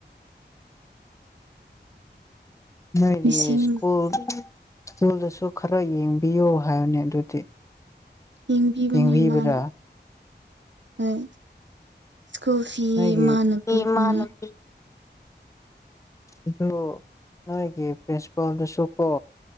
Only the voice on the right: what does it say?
ꯂꯤꯁꯤꯡ
ꯌꯦꯡꯕꯤꯕꯅꯦ
ꯃꯥꯅ ꯍꯣꯏ ꯁ꯭ꯀꯨꯜ ꯐꯤ
ꯃꯥꯥꯟꯅ ꯄꯤꯕꯅꯦ